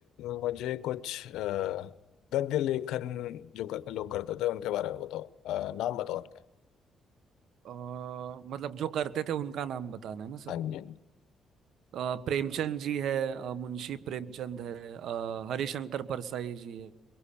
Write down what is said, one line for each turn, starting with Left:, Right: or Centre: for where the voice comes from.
Left: मुझे कुछ अ, गद्य लेखन जो कर, लोग करते थे उनके बारे में बताओ अ, नाम बताओ उनके
Right: अ, मतलब जो करते थे उनका नाम बताना है ना
Left: हाँ
Right: सर
Left: जी
Right: अ, प्रेमचंद जी है अ, मुंशी प्रेमचंद है अ, हरिशंकर परसाई जी है